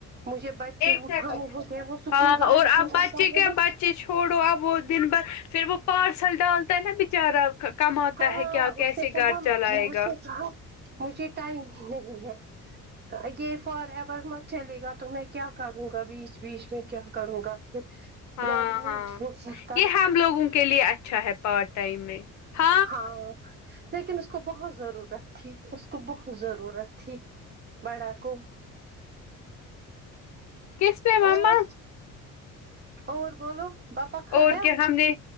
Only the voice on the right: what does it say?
مجھے بچے
اٹانے
ہوتے ہیں وہ سکول
گاڑی
سے
آتا
ہے نا
ہاں
اس نے کہا
اس
سے کہا مجھے ٹائم ہی نہیں ہے یہ فار ایور مت چلے گا تو میں کیا کروں گا بیس بیس میں کیا کروں گا پھر
گاڑی نہیں
چھوڑ سکتا
ہاں لیکن اس کو بہت ضرورت تھی اس کو بہت ضرورت تھی بڑا کو
اور اور بولو باپا کھایا